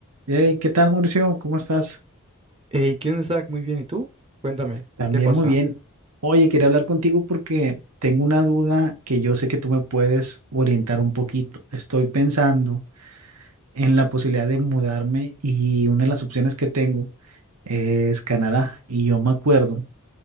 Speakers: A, on the right (about 85°); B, on the right (about 25°).
A: Hey, ¿qué tal, Mauricio? ¿Cómo estás?
B: Hey, ¿qué onda, Zach? Muy bien, ¿y tú? Cuéntame,
A: También
B: ¿qué pasa?
A: muy bien. Oye, quería hablar contigo porque tengo una duda que yo sé que tú me puedes orientar un poquito. Estoy pensando en la posibilidad de mudarme y una de las opciones que tengo es Canadá. Y yo me acuerdo